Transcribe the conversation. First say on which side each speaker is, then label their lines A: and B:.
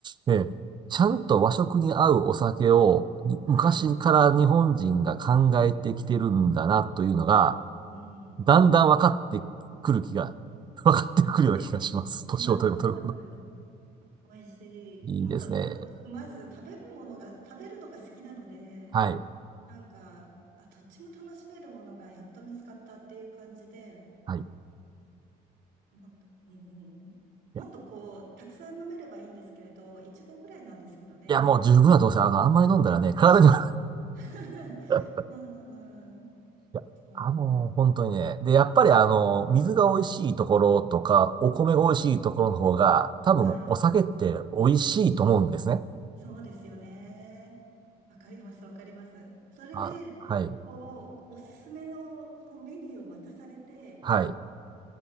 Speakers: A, on the right; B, on the right.
A: ね、ちゃんと和食に合うお酒をに昔から日本人が考えてきてるんだなというのが、
B: うん、はい、うん、
A: だんだん分かってくる気が、<laughs> 分かってくるような気がします。
B: しますね。
A: 年を取れば取るほど。
B: します、します。美味しい。
A: いいですね。
B: もうと、とにかくまず食べるものが、食べるのが好きなので、
A: はい。
B: なんか、あ、どっちも楽しめるものがやっと見つかったっていう感じで、
A: はい。い
B: もっと、うん、
A: や、
B: もっとこう、たくさん飲めればいいんですけれど、いちごぐらいなんですけどね。
A: いやもう十分だと思います。あの、あんまり飲んだらね、体には
B: <laughs>
A: <laughs>
B: うん、
A: いや、
B: そう、
A: あの、本当にね。で、やっぱりあの、水が美味しいところとか、お米が美味しいところの方が、
B: そうですね。
A: 多分お酒って美味しいと思うんですね。
B: はい。そうですよね。わかります、わかります。それで、
A: あ、はい。
B: こう、おすすめのメニューを渡されて、
A: はい。